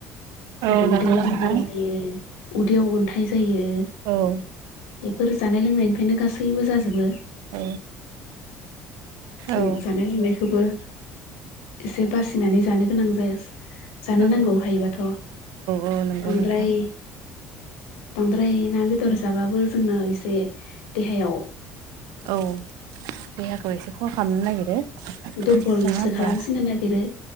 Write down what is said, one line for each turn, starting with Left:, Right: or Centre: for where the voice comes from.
Left: जेरै
Right: औ
Left: उदैनि
Right: नंगौ नोंथां
Left: बेमार जायो उदैयाव अन्थाइ जायो
Right: औ
Left: बेफोर जानाय लोंनायनि फायनो गासैबो जाजोबो
Right: औ
Left: जों
Right: औ
Left: जानाय लोंनायखौबो एसे बासिनानै जानो गोनां जायासै जानो
Right: औ
Left: नांगौ हायोबाथ'
Right: औ नंगौ
Left: बांद्राय
Right: नोंथां
Left: बांद्राय ना बेद थर जाबाबो जोंना एसे देहायाव
Right: औ देहाखौ एसे खहा खालामनो नागिरो
Left: दुरबलसो
Right: नङा होमबा
Left: खालामसिननो नागिरो